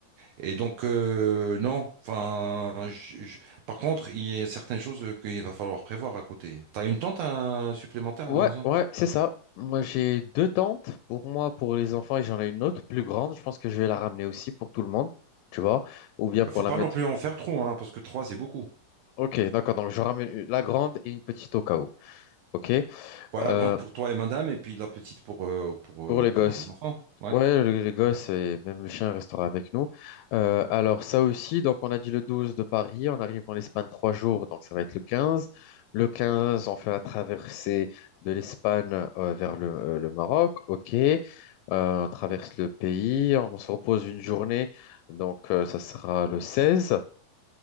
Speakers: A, on the right; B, on the left.
A: Et donc, euh, non, enfin, je- je- par contre, il y a certaines choses euh, qu'il va falloir prévoir à côté. T'as une tente euh, supplémentaire
B: Ouais,
A: à la maison?
B: ouais, c'est ça. Moi, j'ai deux tentes pour moi, pour les enfants, et j'en ai une autre plus grande. Je pense que je vais la ramener aussi pour tout le monde, tu vois, ou bien pour
A: Faut pas
B: la mettre.
A: non plus en faire trop, hein, parce que trois, c'est beaucoup.
B: Ok, d'accord. Donc, je ramène une- la grande et une petite au cas où. Ok.
A: Voilà,
B: Euh,
A: la grande pour toi et madame, et puis la petite pour, euh, pour,
B: pour
A: euh,
B: les gosses,
A: pour les enfants. Ouais.
B: Ouais, le- les gosses et même le chien restera avec nous. Euh, alors ça aussi, donc on a dit le 12 de Paris, on arrive en Espagne trois jours, donc ça va être le 15. Le 15, on fait la traversée de l'Espagne euh, vers le, euh, le Maroc, ok. Euh, on traverse le pays, on se repose une journée, donc euh, ça sera le 16.